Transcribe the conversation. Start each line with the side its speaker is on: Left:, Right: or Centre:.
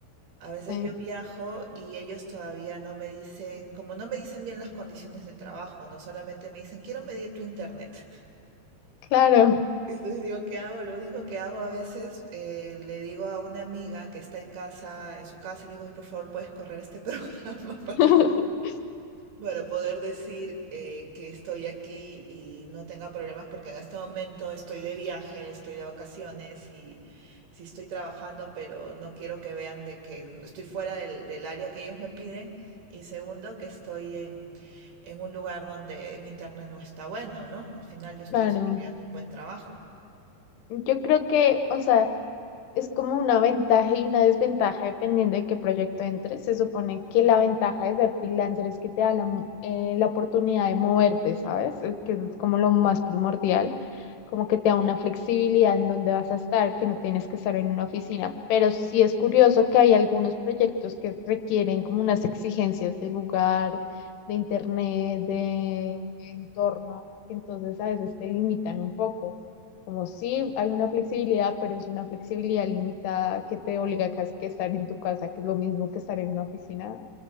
Right: A veces
Left: Sí.
Right: yo viajo y ellos todavía no me dicen, como no me dicen bien las condiciones de trabajo, no solamente me dicen, quiero medir tu internet.
Left: Claro,
Right: <laughs> Entonces digo, ¿qué hago? Lo único que hago a veces, eh, le digo a una amiga que está en casa, en su casa, y le digo, "Ay, por favor, ¿puedes correr este <laughs> programa para
Left: <laughs>
Right: para poder decir eh, que estoy aquí y no tenga problemas, porque en este momento estoy de viaje, estoy de vacaciones y sí estoy trabajando, pero no quiero que vean de que estoy fuera del, del área que ellos me piden. Y segundo, que estoy en, en un lugar donde mi internet no está bueno, ¿no? Al final yo estoy
Left: claro.
Right: desarrollando un buen trabajo.
Left: Yo creo que, o sea, es como una ventaja y una desventaja dependiendo de qué proyecto entres. Se supone que la ventaja de ser freelancer es que te da la, mo- eh, la oportunidad de moverte, ¿sabes? Es que es como lo más primordial, como que te da una flexibilidad en dónde vas a estar, que no tienes que estar en una oficina. Pero sí es curioso que hay algunos proyectos que requieren como unas exigencias de lugar, de internet, de entorno, que entonces a veces te limitan un poco. Como sí, hay una flexibilidad, pero es una flexibilidad limitada que te obliga casi que a estar en tu casa, que es lo mismo que estar en una oficina,